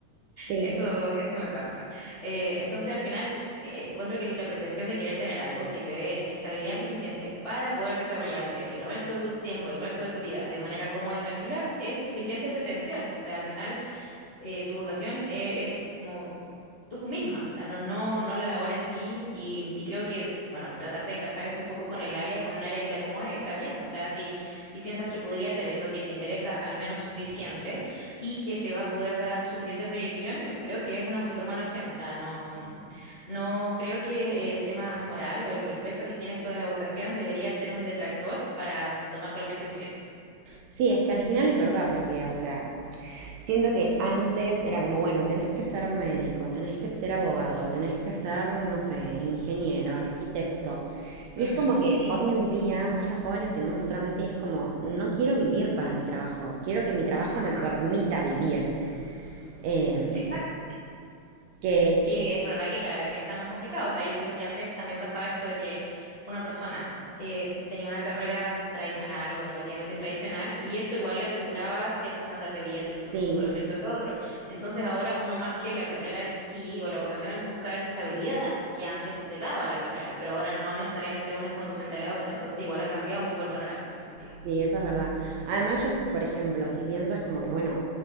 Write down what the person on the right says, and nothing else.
sí.
Sí, es que al final es verdad, porque, o sea, Siento que antes era como, bueno, tenés que ser médico, tenés que ser abogado, tenés que ser, no sé, ingeniero, arquitecto. Y
es como que
hoy en día más los jóvenes tenemos otra mente y es como, no quiero vivir para mi trabajo, quiero que mi trabajo
me permita vivir. Em,
que
sí,
Sí, eso es verdad. Además, yo, por ejemplo, si piensas como que, bueno,